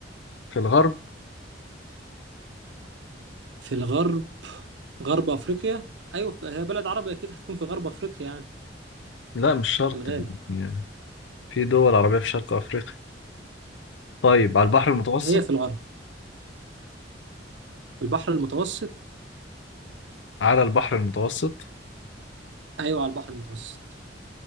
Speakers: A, on the left; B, on the right.
A: في الغرب
B: في الغرب غرب افريقيا ايوه ف- هي بلد عربي اكيد هتكون في غرب افريقيا يعني
A: لا مش شرط
B: في الغالب
A: يعني في دول عربية في شرق أفريقيا طيب على البحر المتوسط
B: هي في الغرب البحر المتوسط
A: على البحر المتوسط
B: ايوه على البحر المتوسط